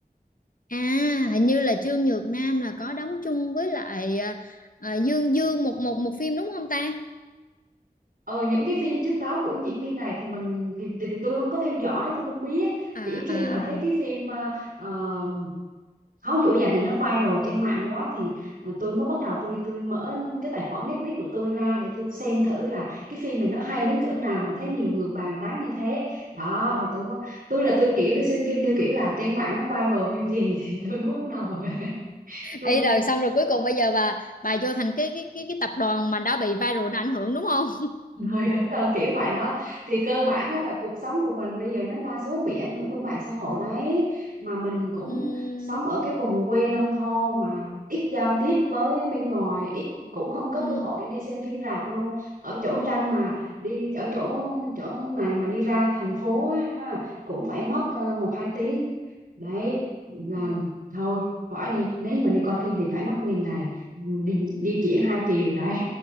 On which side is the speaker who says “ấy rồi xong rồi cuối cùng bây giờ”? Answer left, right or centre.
Left